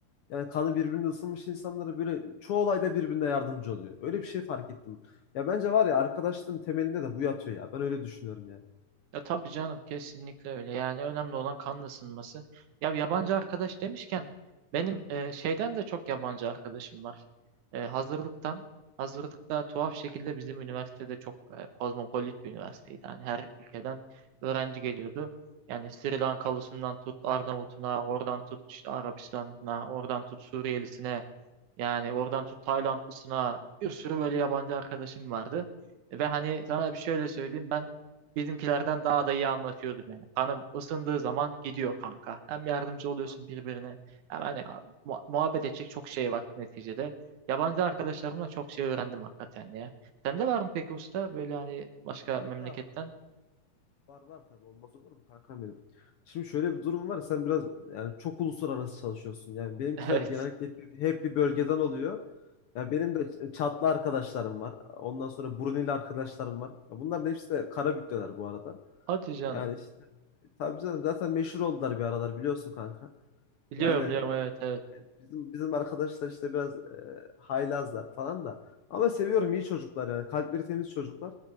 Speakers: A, on the left; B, on the right.
A: yani kanı birbirine ısınmış insanlara böyle çoğu olayda birbirine yardımcı oluyor. Öyle bir şey fark ettim. Ya bence var ya arkadaşlığın temelinde de bu yatıyor ya. Ben öyle düşünüyorum yani.
B: ya tabii canım kesinlikle öyle. Yani önemli olan kan ısınması. Ya yabancı arkadaş demişken benim e, şeyden de çok yabancı arkadaşım var. E, hazırlıktan. Hazırlıkta tuhaf şekilde bizim üniversitede çok e, kozmopolit bir üniversiteydi. Yani her ülkeden öğrenci geliyordu. Yani Sri Lankalısından tut Arnavutuna, oradan tut işte Arabistan'ına, oradan tut Suriyelisine. Yani oradan tut Taylandlısına bir sürü böyle yabancı arkadaşım vardı. E, Ve hani sana bir şöyle söyleyeyim ben bizimkilerden daha da iyi anlaşıyordum yani. Kanım ısındığı zaman gidiyor kanka. Hem yardımcı oluyorsun
A: Kanka,
B: birbirine hem hani mu- muhabbet edecek çok şey var neticede. Yabancı arkadaşlarımla çok şey öğrendim hakikaten ya. Sende var mı peki usta böyle hani başka
A: Kanka
B: memleketten?
A: Var var tabii olmaz olur mu kankam benim. Şimdi şöyle bir durum var sen biraz yani çok uluslararası çalışıyorsun. Yani benimkiler
B: <laughs>
A: genellikle
B: Evet.
A: hep, bir- hep bir bölgeden oluyor. Ya benim de Ç- Çatlı arkadaşlarım var. Ondan sonra Brunei'li arkadaşlarım var. Ya bunların hepsi de Karabük'teler bu arada.
B: Hadi canım.
A: Yani işte tabii canım zaten meşhur oldular bir aralar biliyorsun kanka.
B: Biliyorum
A: Yani
B: biliyorum evet evet.
A: Bizim bizim arkadaşlar işte biraz e, haylazlar falan da. Ama seviyorum iyi çocuklar yani. Kalpleri temiz çocuklar.